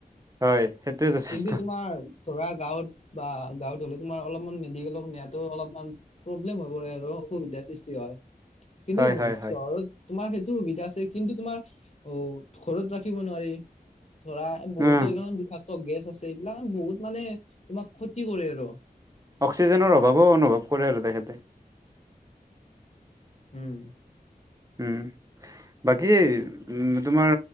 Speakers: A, on the right; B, on the left.
A: হয়, সেইটোৱে যথেষ্ট
B: কিন্তু তোমাৰ ধৰা গাঁৱত বা গাঁৱত হলে তোমাৰ অলপমান মেডিকেলত নিয়াতো অলপমান - প্ৰব্লেম হৈ পৰে আৰু অসুবিধাৰ সৃষ্টি হয়, কিন্তু
A: হয় হয়
B: চহৰত
A: হয়
B: - তোমাৰ সেইটো সুবিধা আছে, কিন্তু তোমাৰ অ ঘৰত ৰাখিব নোৱাৰি। ধৰা বহুতো
A: উম
B: এইবোন বিষাক্ত গেছ আছে এইবিলাক বহুত মানে তোমাক ক্ষতি কৰে আৰু
A: অক্সিজেনৰ অভাৱো অনুভৱ কৰে আৰু তেখেতে
B: উম
A: উম বাকী এই উম তোমাৰ